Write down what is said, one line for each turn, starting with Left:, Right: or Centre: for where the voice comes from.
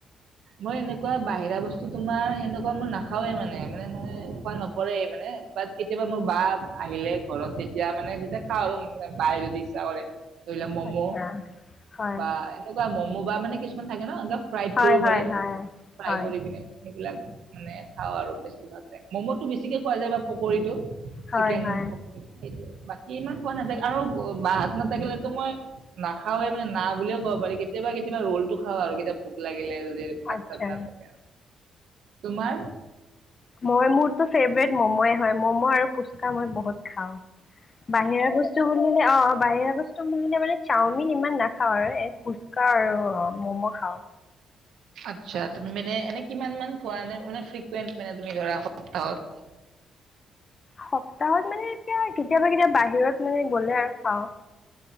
Right: মই এনেকুৱা বাহিৰা বস্তু, তোমাৰ সেনেকুৱা মই নাখাওৱেই মানে। মানে, মই খোৱা নপৰেই মানে। বাট, কেতিয়াবা মোৰ বা আহিলে ঘৰত, তেতিয়া মানে, তেতিয়া খাওঁ আৰু উম, ম, বায়ে যদি ইচ্ছা কৰে। ধৰি লোৱা মম
Left: আচ্ছা হয়
Right: বা এনেকুৱা মম মোবা মানে কিছুমান থাকে ন ফ্ৰাইড
Left: হয়
Right: কৰিব
Left: হয়
Right: পাৰে
Left: হয়
Right: ফ্ৰাই
Left: হয়
Right: কৰি পিনে সেইবিলাক মানে খাও আৰু বেছি ভাগ মমতো বেছিকে খোৱা যায় বা পকৰিটো
Left: হয়
Right: চিকেন
Left: হয়
Right: পকৰীযে, সেইটোয়ে। বা কি ইমান খোৱা নাথা আৰু বাহাত নাথাকিলেতো মই নাখাওঁয়ে মানে না বুলিয়ে কব পাৰি, কেতিয়াবা কেতিয়াবা ৰোলটো খাও আৰু কেতিয়া ভোক লাগিলে যদি ভাত
Left: আটছা,
Right: চাত নাথাকে তোমাৰ?
Left: মই মোৰটো ফেভৰেত মম য়ে হয় মম আৰু পুচ কামত বহুত খাও। বাহিৰা বস্তু বুলিলে অ', বাহিৰা বচ চো মই মানে চাওমিন ইমান নাখাওঁ এ, ফুচকা আৰু ম'ম খাওঁ।
Right: আচ্ছা তুমি মানে এনে কিমান মান খোৱা এনে মানে, ফ্ৰিকুৱেণ্ট মানে তুমি ধৰা সপ্তাহত?
Left: সপ্তাহত মানে এতিয়া কেতিয়াবা কেতিয়াবা বাহিৰত মানে গ'লে আৰু খাওঁ।